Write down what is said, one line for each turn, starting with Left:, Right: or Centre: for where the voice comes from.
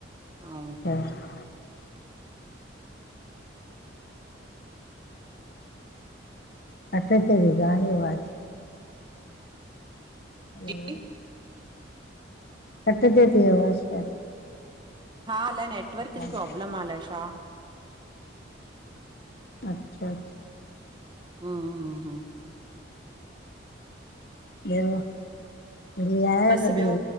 Right: अऊं
Left: हा <inaudible> अठचेरी दङ वाज <unintelligible> हलो
Right: जी?
Left: कटिजे थी आवाज छा?
Right: हा अलाए नेटवर्क
Left: हा
Right: जी प्रॉब्लम आ अलाए छा!
Left: अच्छा अच्छा।
Right: हमममममह
Left: ॿियो मिली आया
Right: बसि
Left: कॾहिं?
Right: ॿियो